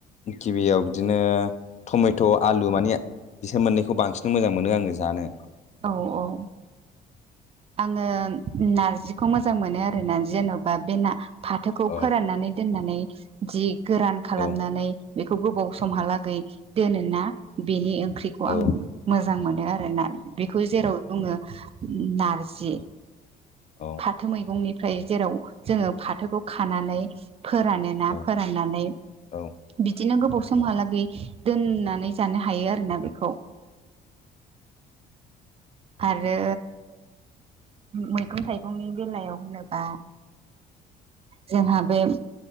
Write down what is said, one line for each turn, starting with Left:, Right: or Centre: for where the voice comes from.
Left: गिबियाव बिदिनो टमेट' आलु माने बिसोर मोननैखौ बांसिन मोजां मोनो आङो जानो
Right: औ औ आङो नारजिखौ मोजां मोनो आरोना जेन'बा बे ना फाथोखौ
Left: औ
Right: फोराननानै दोननानै जि गोरान खालामनानै
Left: औ
Right: बेखौ गोबाव समहालागै दोनो ना बेनि ओंख्रिखौ
Left: औ
Right: आं मोजां मोनो आरोना बेखौ जेराव बुङो नारजि
Left: औ
Right: फाथो मैगंनिफ्राय जेराव जोङो फाथोखौ खानानै फोरानो ना
Left: औ
Right: फोराननानै
Left: औ
Right: बिदिनो गोबाव समहालागै दोननानै जानो हायो आरोना बेखौ आरो मैगं थाइगंनि बेलायाव होनोबा जोंहा बे